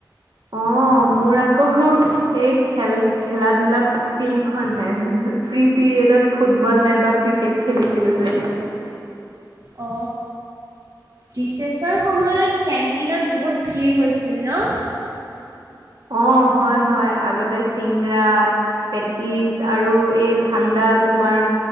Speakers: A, on the right (about 80°); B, on the right (about 45°).
A: অঁ, মোৰ আকৌ এই খেল খেলা-ধূলা ফিল্ড খন হে। ফ্ৰী পিৰিয়ডত ফুটবল নাইবা ক্ৰিকেট খেলিছিলো যে।
B: অ। ডিচেছৰ সময়ত কেণ্টিনত বহুত ভিৰ হৈছিল ন?
A: অঁ, হয় হয়, আগতে চিংৰা পেটিছ আৰু এই ঠাণ্ডা তোমাৰ